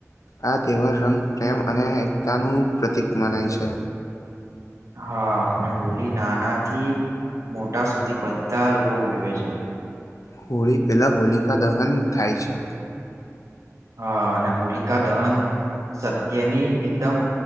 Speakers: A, on the left; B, on the right.
A: આ તહેવાર રંગ, પ્રેમ અને એકતાનું પ્રતિક મનાય છે.
B: હા, હોલી નાના થી મોટા સુધી બધા લોકો ઉજવે છે.
A: હોળી પહેલાં હોલિકા દહન થાય છે.
B: હા.. અને હોલિકા દહન સત્યની એકદમ